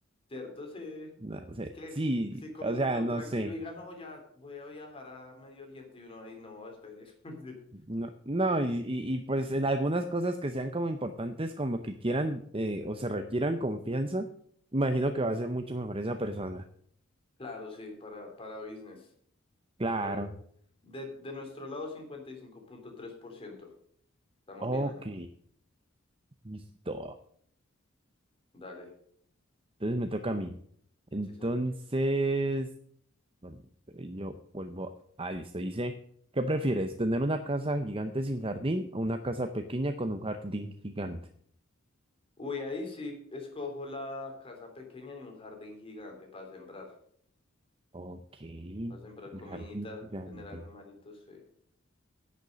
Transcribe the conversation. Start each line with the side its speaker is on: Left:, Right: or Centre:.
Left: ¿Cierto? Sí. Es
Right: No sé,
Left: que
Right: sí,
Left: sí, como
Right: o
Left: que
Right: sea,
Left: todo
Right: no
Left: tranquilo
Right: sé.
Left: y digas, no, ya voy a viajar a Medio Oriente y uno ahí, no, espere. <laughs>
Right: No, no, y, y, y, pues en algunas cosas que sean como importantes, como que quieran eh, o se requieran confianza, imagino que va a ser mucho mejor esa persona.
Left: Claro, sí, para, para business.
Right: Claro.
Left: Para, De, de nuestro lado, cincuenta y cinco punto tres por ciento, Estamos
Right: Ok,
Left: bien ahí.
Right: listo.
Left: Dale,
Right: Entonces me toca a mí. Entonces,
Left: sí, señor.
Right: bueno, pero yo vuelvo. Ah, listo. Dice, ¿qué prefieres? ¿Tener una casa gigante sin jardín o una casa pequeña con un jardín gigante?
Left: Uy, ahí sí escojo la casa pequeña y un jardín gigante para sembrar.
Right: Ok,
Left: Para sembrar
Right: un
Left: comidita,
Right: jardín gigante.
Left: tener animalitos. sí.